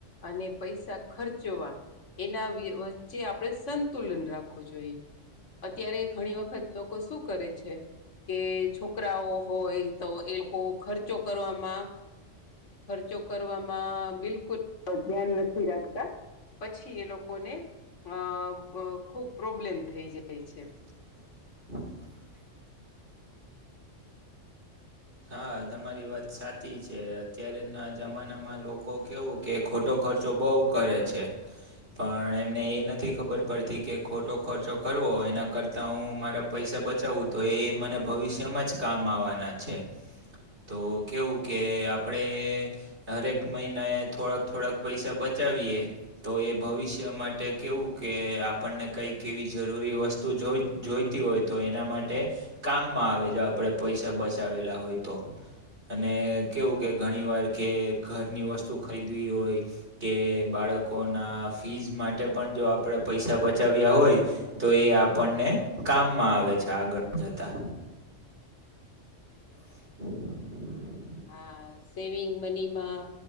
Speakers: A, on the left; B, on the right.
A: અને પૈસા ખર્ચવા એના વચ્ચે આપણે સંતુલન રાખવું જોઈએ. અત્યારે ઘણી વખત લોકો શું કરે છે કે છોકરાઓ હોય તો એ લોકો ખર્ચો કરવામાં ખર્ચો કરવામાં બિલકુલ ધ્યાન નથી રાખતા. પછી એ લોકોને અ ખૂબ પ્રોબ્લેમ થઈ જાય છે.
B: <inaudible> હા તમારી વાત સાચી છે અત્યારેના જમાનામાં લોકો. કેવું કે ખોટો ખર્ચો બઉ કરે છે. પણ એમને એ નથી ખબર પડતી કે ખોટો ખર્ચો કરવો એના કરતાં હું મારા પૈસા બચાવવું તો એ મને ભવિષ્યમાં જ કામ આવવાના છે. તો કેવું કે આપણે. હરેક મહિના એ થોડાક થોડાક પૈસા બચાવીએ. તો એ ભવિષ્ય માટે કેવું કે આપણને કઈક એવી જરૂરી વસ્તુ જોઈતી હોય તો એના માટે કામમાં આવે જો આપણેે પૈસા બચાવેલા. ના હોય તો. અને કેવું કે ઘણી વાર કે ઘરની વસ્તુ ખરીદવી હોય. કે બાળકોના ફીઝ માટે પણ જો આપળે પૈસા બચાવ્યા હોય. તો એ આપણને કામમાં આવે છે આગળ જતા <inaudible>
A: હા સેવિંગ મનીમાં